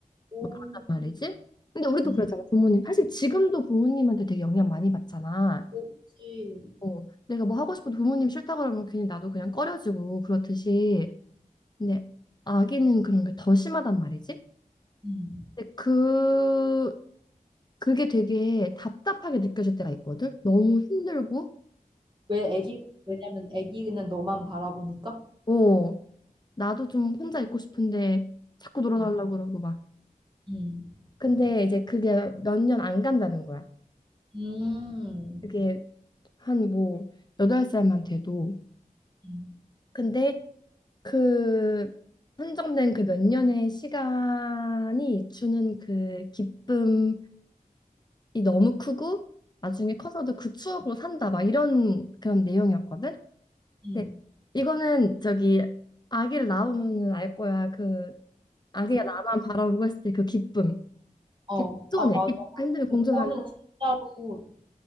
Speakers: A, on the right; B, on the left.
A: 오,
B: 뭐 그런단 말이지. 근데 우리도
A: 음.
B: 그렇잖아 부모님 사실 지금도 부모님한테 되게 영향 많이 받잖아.
A: 그렇지.
B: 어, 내가 뭐 하고 싶어도 부모님 싫다 그러면 괜히 나도 그냥 꺼려지고 그렇듯이. 근데 아기는 그런 게 더 심하단 말이지.
A: 음.
B: 근데 그 그게 되게 답답하게 느껴질 때가 있거든. 너무 힘들고
A: 왜 애기, 왜냐면 애기는 너만 바라보니까?
B: 부담스럽고 나도 좀 혼자 있고 싶은데 자꾸 놀아달라고
A: 음,
B: 그러고 막.
A: 음,
B: 근데 이제 그게 몇 년 안 간다는 거야.
A: 음,
B: 그게 한 뭐 여덟 살만 돼도.
A: 음,
B: 근데 그 한정된 그 몇 년의 시간이 주는 그 기쁨이 너무 크고 나중에 커서도 그 추억으로 산다 막 이런 그런 내용이었거든.
A: 음.
B: 근데 이거는 저기 아기를 낳으면은 알 거야. 그 아기가 나만 바라보고 있을 때 그 기쁨.
A: 어,
B: 그
A: 어.
B: 공존해.
A: 아, 맞아.
B: 기쁨과 힘듦이
A: 그거는
B: 공존하는.
A: 진짜로